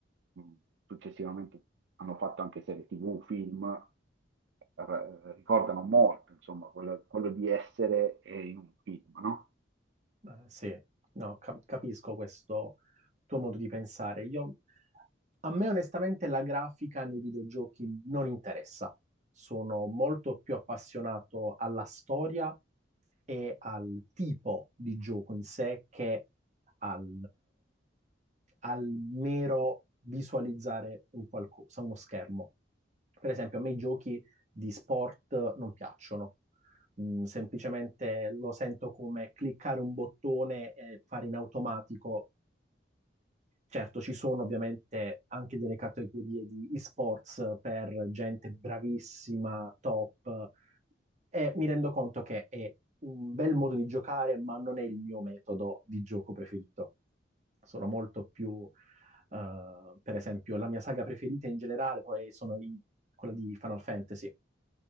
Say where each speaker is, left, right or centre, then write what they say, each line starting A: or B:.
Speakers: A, on the right; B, on the right.
A: mh, successivamente hanno fatto anche serie TV, film, r- ricordano molto, insomma, quello, quello di essere eh, in un film, no?
B: eh, sì, no, cap- capisco questo tuo modo di pensare. Io, a me onestamente la grafica nei videogiochi non interessa. Sono molto più appassionato alla storia e al tipo di gioco in sé che al, al mero visualizzare un qualcosa, uno schermo. Per esempio, a me i giochi di sport non piacciono. Mm, semplicemente lo sento come cliccare un bottone e fare in automatico Certo, ci sono ovviamente anche delle categorie di esports per gente bravissima, top, e mi rendo conto che è un bel modo di giocare, ma non è il mio metodo di gioco preferito. Sono molto più, eh, per esempio, la mia saga preferita in generale poi sono i- quella di Final Fantasy